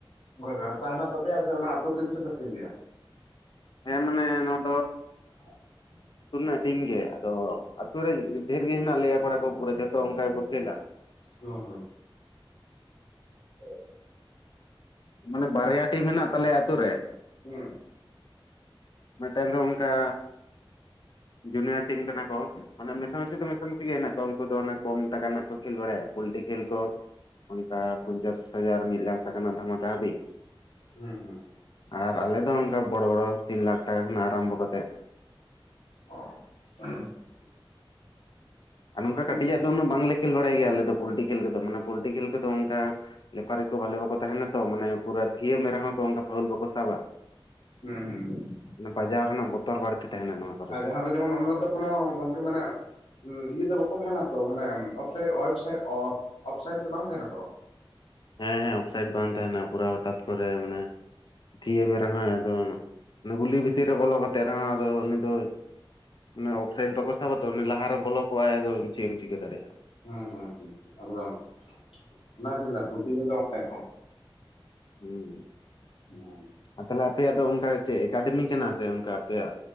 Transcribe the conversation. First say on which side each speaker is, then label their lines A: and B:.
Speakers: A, on the left; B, on the left.
A: ᱜᱟᱶᱛᱟ ᱦᱮᱱᱟᱜ ᱛᱟᱯᱮᱭᱟ ᱥᱮ ᱚᱱᱟ ᱟᱹᱴᱛᱳ ᱴᱤᱢ ᱛᱮᱯᱮ ᱠᱷᱮᱞ ᱜᱮᱭᱟ
B: ᱦᱮᱸ ᱢᱟᱱᱮ ᱱᱚᱣᱟ ᱫᱚ
A: <inaudible>
B: ᱟᱛᱳ ᱨᱮᱱᱟᱜ ᱴᱤᱢ ᱜᱮ ᱟᱫᱚ ᱟᱛᱳ ᱨᱮ ᱰᱷᱮᱨ ᱜᱮ ᱦᱮᱱᱟᱜ ᱞᱮᱭᱟ ᱠᱚᱲᱟ ᱠᱚ ᱯᱩᱨᱟᱹ ᱡᱚᱛᱚ ᱚᱱᱠᱟ ᱜᱮᱠᱚ ᱠᱷᱮᱞᱟ
A: ᱚ ᱦᱚ ᱦᱮ
B: ᱢᱟᱱᱮ ᱵᱟᱨᱭᱟ ᱴᱤᱢ ᱢᱮᱱᱟᱜ ᱛᱟᱞᱮᱭᱟ ᱟᱛᱳ ᱨᱮ
A: ᱦᱩᱸ
B: ᱢᱮᱫᱴᱮᱱ ᱫᱚ ᱚᱱᱠᱟ ᱡᱩᱱᱤᱭᱟᱨ ᱴᱤᱢ ᱠᱟᱱᱟ ᱠᱚ ᱢᱟᱱᱮ ᱢᱮᱥᱟ ᱢᱮᱤᱥᱤ ᱫᱚ ᱢᱮᱥᱟ ᱢᱮᱥᱤ ᱜᱮ ᱦᱮᱱᱟᱜ ᱠᱚᱣᱟ ᱩᱱᱠᱩ ᱫᱚ ᱚᱱᱮ ᱠᱚᱢ ᱴᱟᱠᱟ ᱨᱮᱱᱟᱜ ᱠᱚ ᱠᱷᱮᱞ ᱵᱟᱲᱟᱭᱟ ᱯᱩᱞᱴᱤ ᱠᱷᱮᱞ ᱠᱚ ᱚᱱᱠᱟ ᱯᱚᱧᱪᱟᱥ ᱦᱟᱡᱟᱨ ᱢᱤᱫ ᱞᱟᱠᱷ ᱴᱟᱠᱟ ᱨᱮᱱᱟᱜ ᱫᱷᱟᱢᱟᱠᱟ ᱦᱟᱹᱵᱤᱡ
A: ᱦᱮᱸ ᱦᱮᱸ
B: ᱟᱨ ᱟᱞᱮ ᱫᱚ ᱚᱱᱠᱟ ᱵᱚᱲᱚ ᱵᱚᱲᱚ ᱛᱤᱱ ᱞᱟᱠᱷ ᱴᱟᱠᱟ ᱠᱷᱚᱱᱟᱜ ᱟᱨᱟᱢᱵᱷᱚ ᱠᱟᱛᱮᱫ
A: <unintelligible>
B: ᱟᱨ ᱱᱚᱝᱠᱟ
A: ᱦᱩᱸ
B: ᱠᱟᱹᱴᱤᱡᱟᱜ ᱫᱚ ᱩᱱᱟᱹᱜ ᱵᱟᱝᱞᱮ ᱠᱷᱮᱞ ᱵᱟᱲᱟᱭ ᱜᱮᱭᱟ ᱟᱞᱮ ᱫᱚ ᱯᱚᱞᱴᱤ ᱠᱷᱮᱞ ᱠᱚᱫᱚ ᱢᱟᱱᱮ ᱯᱚᱞᱴᱤ ᱠᱷᱮᱞ ᱠᱚᱫᱚ ᱚᱱᱠᱟ ᱞᱮᱯᱟᱨᱤ ᱠᱚ ᱵᱷᱟᱞᱮ ᱵᱟᱠᱚ ᱛᱟᱦᱮᱱᱟ ᱛᱚ ᱢᱟᱱᱮ ᱯᱩᱨᱟ ᱛᱷᱤᱭᱟᱹ ᱢᱮ ᱨᱮᱦᱚᱸ ᱚᱱᱠᱟ ᱯᱷᱟᱭᱩᱞ ᱵᱟᱠᱚ ᱥᱟᱵᱟ
A: ᱦᱩᱸ ᱦᱩᱸ ᱾
B: ᱵᱟᱡᱟᱣ ᱨᱮᱱᱟᱜ ᱵᱚᱛᱚᱨ ᱵᱟᱹᱲᱛᱤ ᱛᱟᱦᱮᱱᱟ ᱱᱚᱣᱟ ᱾
A: ᱟᱨ ᱡᱟᱦᱟᱸ ᱫᱚ ᱡᱮᱢᱚᱱ ᱚᱱᱟ ᱨᱮᱫᱚ ᱠᱚᱱᱳ ᱜᱚᱝᱠᱮ ᱢᱟᱱᱮ ᱤᱭᱟᱹ ᱫᱚ ᱵᱟᱠᱚ ᱛᱟᱦᱮᱱᱟ ᱛᱚ ᱟᱱᱮ ᱚᱭᱮᱵᱥᱟᱭ ᱚᱯᱷᱥᱟᱭᱤᱴ ᱫᱚ ᱵᱟᱝ ᱛᱟᱦᱮᱱᱟ ᱛᱚ ᱾
B: ᱦᱮᱸ ᱦᱮᱸ ᱚᱯᱷᱥᱟᱭᱤᱴ ᱵᱟᱝ ᱛᱟᱦᱮᱱᱟ, ᱯᱩᱨᱟᱹ ᱦᱚᱴᱟᱛ ᱠᱚᱨᱮ ᱢᱟᱱᱮ ᱛᱷᱤᱭᱟᱹ ᱢᱮ ᱨᱮᱦᱚᱸ ᱟᱫᱚ ᱜᱩᱞᱤ ᱵᱷᱤᱛᱤᱨ ᱨᱮ ᱵᱚᱞᱚ ᱠᱟᱛᱮᱜ ᱨᱮᱦᱚᱸ ᱟᱫᱚ ᱩᱱᱤ ᱫᱚ ᱟᱱᱮ ᱚᱯᱷᱥᱟᱭᱤᱰ ᱵᱟᱠᱚ ᱥᱟᱵᱟ ᱛᱚ, ᱩᱱᱤ ᱞᱟᱦᱟᱨ ᱨᱮ ᱵᱚᱞᱚ ᱠᱚᱜ ᱟᱭ ᱟᱫᱚ ᱪᱮᱫ ᱮᱢ ᱪᱤᱠᱟᱹ ᱫᱟᱲᱮᱭ ᱟᱜᱼᱟ ᱾
A: ᱦᱩᱸ ᱦᱩᱸ ᱦᱩᱸ ᱮᱠᱫᱚᱢ ᱾ ᱚᱱᱟ ᱜᱮᱛᱚ ᱞᱟᱹᱭ ᱫᱟ ᱞᱳᱞᱴᱤ ᱡᱤᱞ ᱫᱚ ᱚᱱᱮ ᱛᱚ
B: ᱦᱮᱸ ᱾
A: <inaudible>
B: ᱟᱨ ᱛᱟᱦᱚᱞᱮ ᱟᱯᱮᱭᱟᱜ ᱫᱚ ᱚᱱᱠᱟ ᱪᱮᱫ ᱮᱠᱟᱰᱮᱢᱤ ᱠᱟᱱᱟ ᱥᱮ ᱚᱱᱠᱟ ᱟᱯᱮᱭᱟᱜ